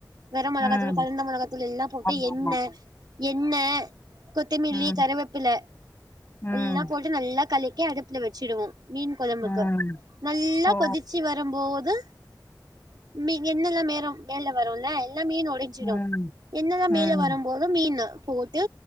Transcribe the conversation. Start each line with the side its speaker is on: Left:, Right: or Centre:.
Right: கரம் மொளகாத்தூள்
Left: ம்.
Right: கலந்த மொளகாத்தூள் எல்லா போட்டு
Left: ஆமாமா.
Right: எண்ண எண்ண கொத்தமல்லி
Left: ம்,
Right: கருவேப்பில
Left: ம்,
Right: எல்லா போட்டு நல்லா கலக்கி அடுப்புல வச்சுடுவோ மீன் கொழம்புக்கு
Left: ம்.
Right: நல்லா
Left: ஓ!
Right: கொதி சு வரம்போது மீ எண்ணல்லா மேல மேல வருல்ல எல்லா மீனோடை சுடு
Left: ம்,
Right: எண்ணல்லா மேல
Left: ம்.
Right: வரும் போது மீன போட்டு